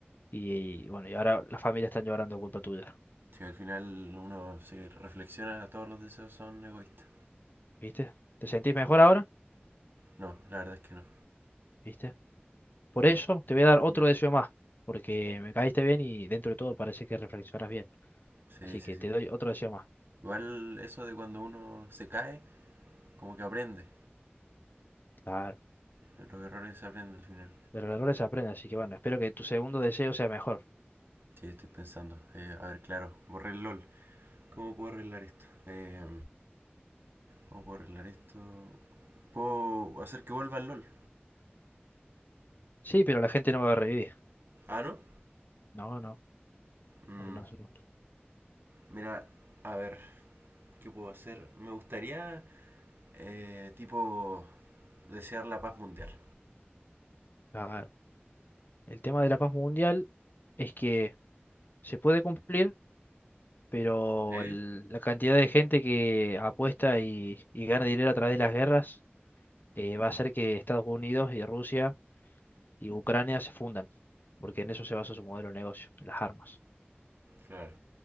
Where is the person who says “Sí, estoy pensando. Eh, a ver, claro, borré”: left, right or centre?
Right